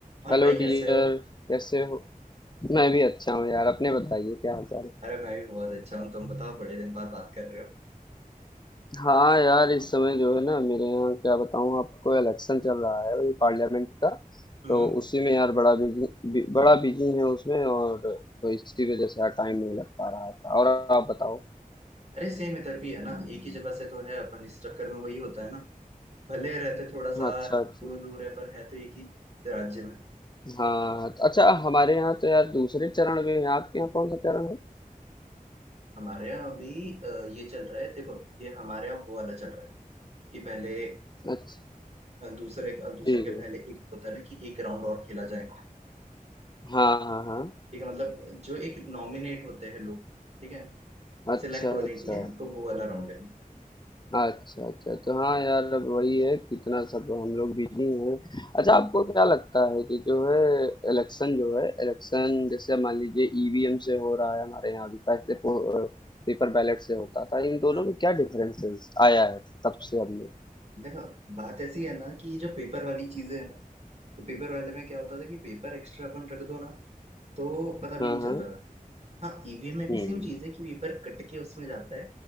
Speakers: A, on the right (about 45°); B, on the left (about 30°).
A: और
B: Hello
A: भाई कैसे
B: dear
A: हो
B: कैसे हो मैं भी अच्छा हूँ यार अपने बताइए क्या हाल चाल है?
A: अरे मैं भी बहुत अच्छा हूँ तुम बताओ बड़े दिन बाद बात कर रहे हो
B: हाँ यार इस समय जो है ना मेरे यहाँ क्या बताऊँ आपको इलेक्शन चल रहा है वही पार्लियामेंट का
A: हम्म
B: तो उसी में यार बड़ा बिजी बड़ा बिजी है उसमें और तो इसी वजह से यार टाइम नहीं लग पा रहा था और आप बताओ
A: अरे सेम इधर भी है ना एक ही जगह से तो है अपन इस चक्कर में वही होता है ना भले रहते थोड़ा सा
B: अच्छा
A: दूर
B: अच्छा
A: दूर है पर है तो एक ही राज्य में
B: हाँ अच्छा हमारे यहाँ तो यार दूसरे चरण में है आपके यहाँ कौन सा चरण है
A: हमारे यहाँ अभी अ, ये चल रहा है देखो ये हमारे यहाँ वो वाला चल रहा है कि पहले
B: अच्छा
A: अ, दूसरे अ, दूसरे
B: जी जी
A: के पहले एक होता है ना कि एक राउंड और खेला जाएगा
B: हाँ हाँ हाँ
A: ठीक है मतलब जो एक नॉमिनेट होते हैं लोग ठीक है
B: अच्छा
A: सिलेक्ट होने
B: अच्छा
A: के लिए तो वो वाला राउंड है
B: अच्छा, अच्छा, तो हाँ यार अब वही है कितना सब हम लोग बिजी हैं। अच्छा
A: हम्म,
B: आपको क्या लगता है कि जो है इलेक्शन जो है इलेक्शन जैसे मान लीजिए ईवीएम से हो रहा है हमारे यहाँ अभी पहले पेपर बैलेट से होता था इन दोनों
A: हाँ
B: में क्या डिफरेंसेस आया है तब से अब में
A: देखो बात ऐसी है ना कि ये जो पेपर वाली चीजें है ना तो पेपर वाले में क्या होता था कि पेपर एक्स्ट्रा अपन रख दो ना तो पता
B: हाँ
A: भी नहीं
B: हाँ
A: चलता था हाँ ईवीएम में भी
B: हम्म
A: सेम चीज है कि पेपर कट के उसमें जाता है